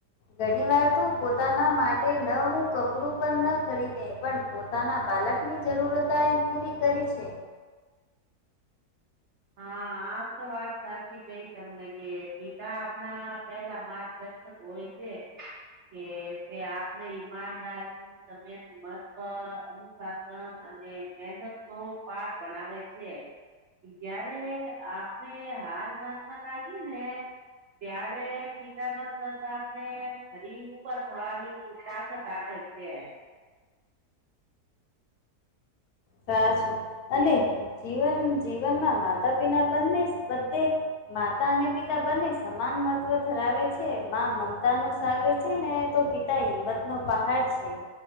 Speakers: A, on the left (about 70°); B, on the right (about 70°).
A: ઘણી વાર તો પોતાના માટે ન હું કપડું પણ ન ખરીદે પણ પોતાના બાલકની જરૂરતાએ પૂરી કરી છે.
B: હા હા આ તો વાત સાચી કઈ તમને કે પિતા આપના પેલા માર્ગદર્શક હોય છે. કે તે આપને ઈમાનદારી <unintelligible> મહત્વ અનુશાસન અને મહેનત નો પાઠ ભણાવ છે. જયારે આપને હાર માનવા લાગી ને ત્યારે પિતા ના શબ્દ આપણે ફરી ઊભા થવાની <unintelligible> <unintelligible>
A: સાચું
B: કે
A: અને જીવન જીવનમાં માતા પિના બંને બધે માતા અને પિતા બંને સમાન મહત્વ ધરાવે છે માં મમતા નો સાગર છે ને તો પિત પિતા હિંમત નો પહાડ છે